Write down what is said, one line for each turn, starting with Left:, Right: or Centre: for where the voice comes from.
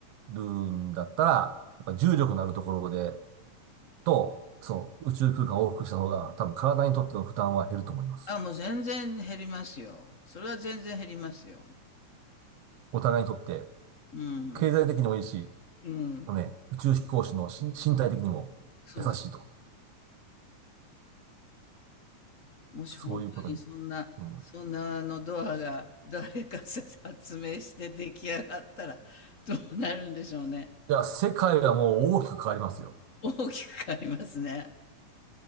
Right: んだったら、やっぱ重力のあるところで、と、そう、宇宙空間を往復した方が多分体にとっての負担は減ると思います。
Left: あ、もう全然減りますよ。それは全然減りますよ。
Right: お互いにとって、
Left: うん。
Right: 経済的にもいいし、
Left: うん。
Right: のね、宇宙飛行士の身、身体的にも優しいと。
Left: そうそう。もし本当にそんな、
Right: そういうことに。うん。
Left: そんなあのドアが誰かさ発明して出来上がったらどうなるんでしょうね。
Right: いや、世界はもう大きく変わりますよ。
Left: 大きく変わりますね。